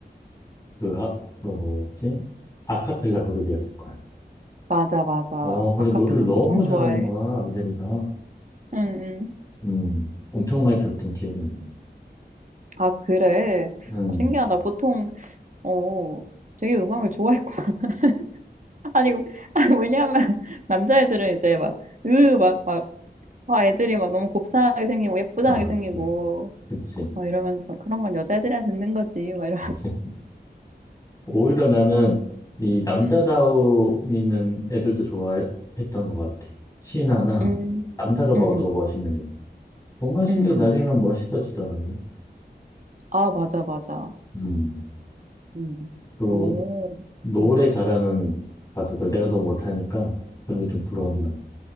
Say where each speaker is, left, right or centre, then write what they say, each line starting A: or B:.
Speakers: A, on the left; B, on the right.
A: 그, 아, 그 뭐였지? 아카펠라 그룹이었을 거야.
B: 맞아, 맞아.
A: 어, 그래,
B: 아카펠라
A: 노래를 너무
B: 엄청
A: 잘하는
B: 좋아해.
A: 거야, 애들이 다.
B: 음, 음.
A: 음, 엄청 많이 들었던 기억이 나네.
B: 아, 그래.
A: 음,
B: 아, 신기하다. 보통, 어, 되게 음악을 좋아했구나. <laughs> 아니, 아, 왜냐면, 남자애들은 이제 막, 으, 막, 막, 와, 애들이 막 너무 곱상하게 생기고 예쁘장하게
A: 아, 그치,
B: 생기고
A: 그치.
B: 막 이러면서 그런 건 여자애들이나 듣는 거지 막 이러.
A: 그치. 오히려 나는 이 남자다움
B: 음,
A: 있는 애들도 좋아했던 것 같아. 신하나
B: 음,
A: 남자가 봐도
B: 음, 음,
A: 멋있는 애들. 동방신기도
B: 음, 음.
A: 나중에는 멋있어지더라고.
B: 아, 맞아, 맞아.
A: 음.
B: 음,
A: 그리고
B: 오,
A: 노래
B: 음,
A: 잘하는 가수들 내가 너무 못하니까 그런 게 좀 부러웠나.
B: 음.